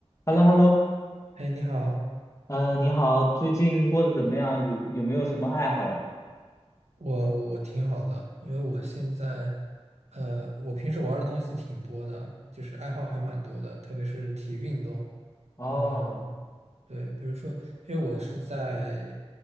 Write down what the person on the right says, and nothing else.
哎，你好，
我我我挺好的，因为我现在，呃，我平时玩的东西挺多的，就是爱好还蛮多的，特别是体育运动，
嗯、对，比如说，因为我是在，